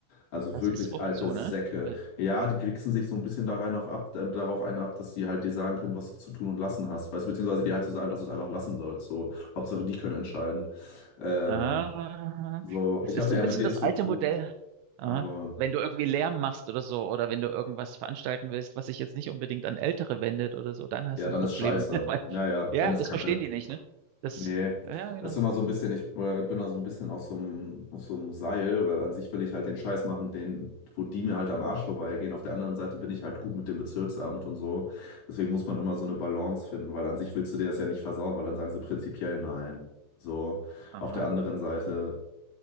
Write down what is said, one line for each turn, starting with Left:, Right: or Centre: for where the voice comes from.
Left: Also
Right: das
Left: wirklich
Right: ist oft
Left: alte
Right: so,
Left: Säcke.
Right: ne? Äh,
Left: Ja, die wichsen sich so ein bisschen da rein auf ab, da- darauf einen ab, dass die halt dir sagen können, was du zu tun und lassen hast. Weißt, du, beziehungsweise dir halt zu sagen, dass du es einfach lassen sollst. So, Hauptsache die können entscheiden. Ähm,
Right: Ah,
Left: so,
Right: das
Left: ich
Right: ist
Left: hatte
Right: so
Left: ja
Right: ein bisschen
Left: mit denen
Right: das
Left: zu
Right: alte
Left: tun,
Right: Modell. Ah,
Left: aber
Right: wenn du irgendwie Lärm machst oder so, oder wenn du irgendwas veranstalten willst, was sich jetzt nicht unbedingt an Ältere wendet oder so, dann hast
Left: ja,
Right: du
Left: dann
Right: ein Problem.
Left: ist scheiße.
Right: <laughs> Weil,
Left: Naja,
Right: ja,
Left: dann ist
Right: das
Left: Kacke.
Right: verstehen die nicht, ne? Das,
Left: Nee,
Right: ja, ja, genau.
Left: das ist immer so ein bisschen, ich äh, bin da so ein bisschen auf so einem, auf so einem Seil, weil an sich will ich halt den Scheiß machen, den, wo die mir halt am Arsch vorbeigehen. Auf der anderen Seite bin ich halt gut mit dem Bezirksamt und so. Deswegen muss man immer so eine Balance finden, weil an sich willst du dir das ja nicht versauen, weil dann sagen sie prinzipiell nein. So,
Right: Aha.
Left: auf der anderen Seite